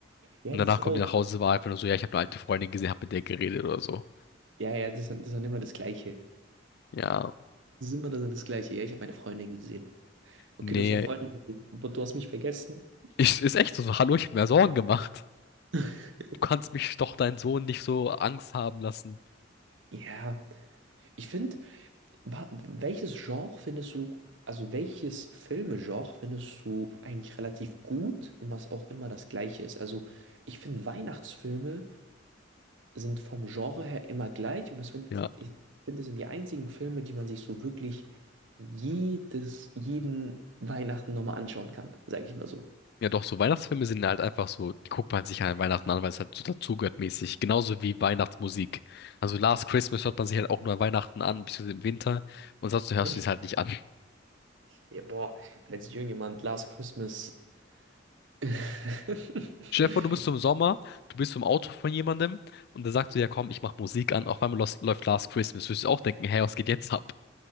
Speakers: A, on the right; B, on the left.
A: Ja,
B: Und
A: das
B: danach
A: ist
B: kommt
A: auch.
B: die nach Hause, war einfach nur so, ja, ich habe eine alte Freundin gesehen, hab mit der geredet oder so.
A: Ja, ja, das ist, das ist dann immer das Gleiche.
B: Ja,
A: Das ist immer dann das Gleiche. Ja, ich habe meine Freundin gesehen. Okay,
B: nee,
A: du hast eine Freundin gesehen, aber du hast mich vergessen.
B: ich, ist echt so, so, hallo, ich hab mir Sorgen gemacht.
A: <laughs>
B: Du kannst mich doch deinen Sohn nicht so Angst haben lassen.
A: Ja, ich finde, Wa- Welches Genre findest du, also welches Filmegenre findest du eigentlich relativ gut und was auch immer das gleiche ist? Also ich finde Weihnachtsfilme sind vom Genre her immer gleich und es sind,
B: Ja.
A: ich finde, es sind die einzigen Filme, die man sich so wirklich jedes, jeden Weihnachten nochmal anschauen kann, sage ich mal so.
B: Ja, doch, so Weihnachtsfilme sind halt einfach so, die guckt man sich halt an Weihnachten an, weil es halt so dazugehört mäßig. Genauso wie Weihnachtsmusik. Also Last Christmas hört man sich halt auch nur an Weihnachten an, beziehungsweise im Winter. Und sonst hörst
A: <laughs>
B: du es halt nicht an.
A: Ja, boah, als irgendjemand Last Christmas. <laughs>
B: Stell dir vor, du bist so im Sommer, du bist so im Auto von jemandem und der sagt so, ja komm, ich mach Musik an, auf einmal los- läuft Last Christmas. Würdest du auch denken, hey, was geht jetzt ab?